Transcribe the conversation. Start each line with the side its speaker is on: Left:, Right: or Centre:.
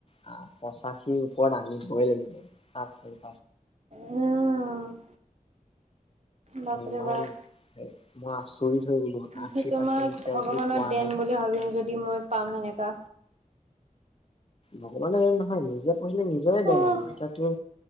Left: পঁচাশীৰ ওপৰত আনি দই লাগিব। তাত
Right: উম', বাপৰে
Left: ইমান
Right: বাপ
Left: মই আচৰিত হৈ গলো আশী
Right: সেইটো
Left: পাৰ্চেন্ট
Right: মই
Left: কিতাপ
Right: ভগৱানৰ
Left: যদি পোৱা
Right: দেন
Left: নাই।
Right: বুলি ভাবিম যদি মই পাম এনেকা
Left: ভগৱানে দেন নহয়। নিজে পঢ়িলে নিজৰে দেন
Right: অহ
Left: আৰু এতিয়া